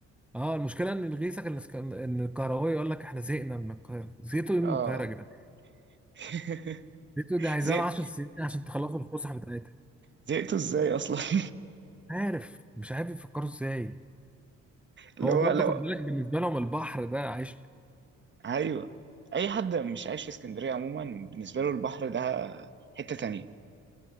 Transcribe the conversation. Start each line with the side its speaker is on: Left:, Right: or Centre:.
Centre: اه المشكلة ان اللي يغيظك ان اسك- ان الكهربائي يقول لك احنا زهقنا من القاهرة زهقتوا إيه
Right: اه
Centre: من القاهرة يا جدعان
Right: <laughs>
Centre: زهقتوا دي عايزة
Right: زهقت
Centre: لها 10 سنين عشان تخلصوا الفسحة بتاعتها
Right: زهقتوا ازاي اصلا <laughs>
Centre: عارف مش عارف يفكروا ازاي
Right: اللي
Centre: هو
Right: هو
Centre: برضه
Right: لو
Centre: خد بالك بالنسبه لهم البحر ده عيش
Right: ايوه اي حد مش عايش في اسكندريه عموما بالنسبه له البحر ده حته تانية